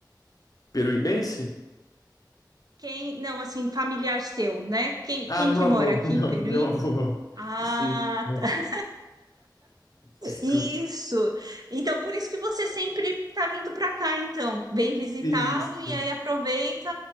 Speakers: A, on the left (about 50°); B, on the right (about 55°).
A: Peruibense?
B: quem, não, assim, familiar seu, né? Quem,
A: Ah,
B: quem
A: meu
B: que
A: avô,
B: mora aqui
A: <laughs> meu,
B: em Peruíbe?
A: meu avô.
B: Ah,
A: Sim, não,
B: tá-
A: desculpa.
B: isso. Então, por isso que você sempre tá vindo para cá, então. Vem visitá-lo
A: Isso,
B: e aí aproveita.